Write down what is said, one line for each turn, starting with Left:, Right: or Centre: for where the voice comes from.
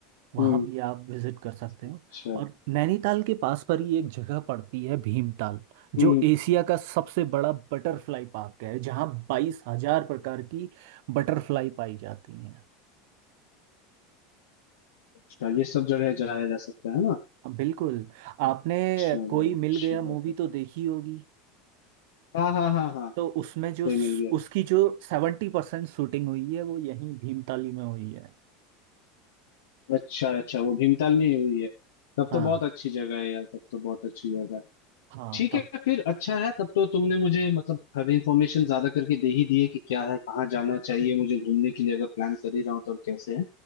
Right: वहाँ
Left: हम्म
Right: भी आप विजिट कर सकते
Left: अच्छा
Right: हो और नैनीताल के पास पर ही एक जगह पड़ती है भीमताल
Left: हम्म
Right: जो एशिया का सबसे बड़ा बटरफ्लाई पार्क है जहाँ बाईस हजार प्रकार की बटरफ्लाई पाई जाती हैं
Left: अच्छा ये सब जगह जाया जा सकता है ना
Right: हाँ, बिल्कुल आपने
Left: चलो
Right: कोई
Left: अच्छी
Right: मिल गया
Left: बात
Right: मूवी
Left: है
Right: तो देखी होगी
Left: हाँ हाँ हाँ हाँ
Right: तो उसमें जो
Left: कोई मिल गया
Right: उसकी जो सेवेंटी परसेंट शूटिंग हुई है वो यहीं भीमताली में हुई है
Left: अच्छा अच्छा वो भीमताल में ही हुई है तब
Right: हाँ
Left: तो बहुत अच्छी जगह है यार तब तो बहुत अच्छी जगह है
Right: हाँ
Left: ठीक
Right: तब
Left: है फिर अच्छा है तब तो तुमने मुझे मतलब हर इंफॉर्मेशन ज्यादा करके दे ही दी है कि क्या है कहाँ जाना चाहिए मुझे घूमने के लिए अगर प्लान कर ही रहा हूँ तो और कैसे है